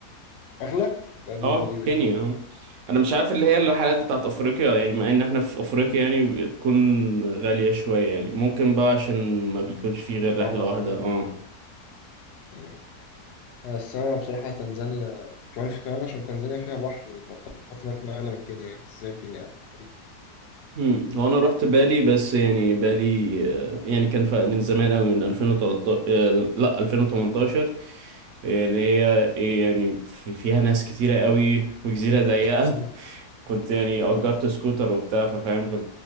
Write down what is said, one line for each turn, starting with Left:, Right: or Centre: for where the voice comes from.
Left: أغلى لا دي
Right: اه
Left: غريبة
Right: كينيا
Left: دي
Right: اه انا مش عارف اللي هي الرحلات بتاعت افريقيا يعني مع ان احنا في افريقيا يعني بتكون غالية شوية يعني ممكن بقى عشان ما بيكونش في غير
Left: صعبة
Right: رحلة
Left: أو
Right: واحدة
Left: كده
Right: اه
Left: مم. بس أنا بصراحة تنزانيا كمان في كمان عشان تنزانيا فيها بحر توقعت إنها تكون أغلى من كينيا يعني إزاي كينيا أغلى؟ غريبة
Right: امم هو انا رحت بالي بس يعني بالي آه، يعني كان ف- من زمان قوي من 2013 آه، لا 2018 آه، اللي هي إيه يعني في- فيها ناس كتيرة قوي وجزيرة ضيقة
Left: مم.
Right: <laughs> كنت يعني
Left: آه
Right: أجرت سكوتر وبتاع ففاهم في